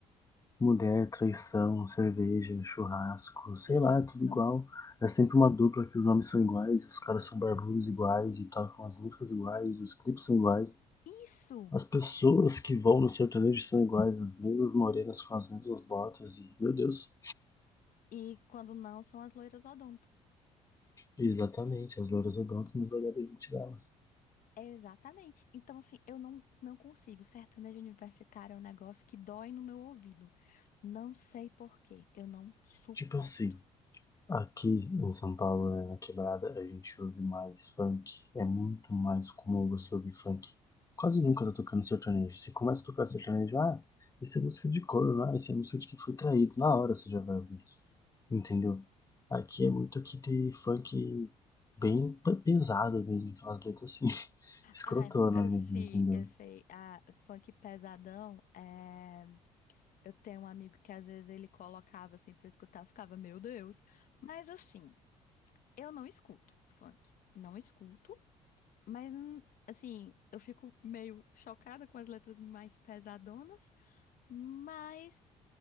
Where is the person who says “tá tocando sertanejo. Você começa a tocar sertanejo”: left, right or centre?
Left